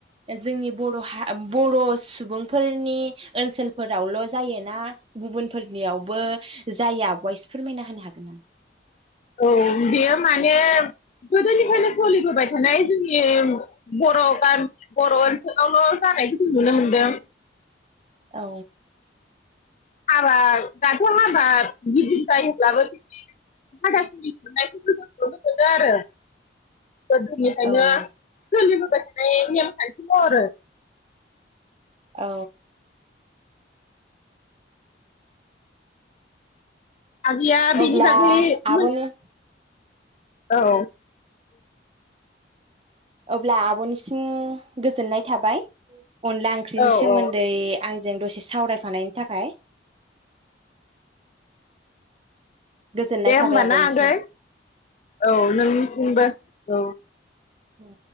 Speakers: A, on the right; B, on the left.
A: जोंनि बर' हा बर' सुबुंफोरनि ओनसोलफोरावल जायोना गुबुनफोरनियावबो जायो आब'आ इसे फोरमायना होनो हागोन
B: औ बेयो माने गोदोनिफ्रायनो सलिबोबाय थानाय जोंनि बर' गाम बर' ओनसोलावल' जानायखौ नुनो मोनदों।
A: औ
B: हाबा दाथ' हाबा गिदिर जायोब्लाबो बिदि हाथासुनि खुरनायखौ नुनो मोनो आरो। गोदोनिफ्रायनो
A: औ
B: सोलिबोद मोननाय नेमखान्थि महरै।
A: औ
B: आगैया बिनि
A: अब्ला
B: बागै
A: आब'नो
B: मोन औ
A: अब्ला आब'निसिम गोजोननाय थाबाय। अनला ओंख्रिनि
B: औ
A: सोमोन्दै
B: औ
A: आंजों दसे सावरायफानायनि थाखाय। गोजोननाय
B: दे होमबा
A: थाबाय आब'निसिम
B: ना आगै औ नोंबो औ।
A: औ।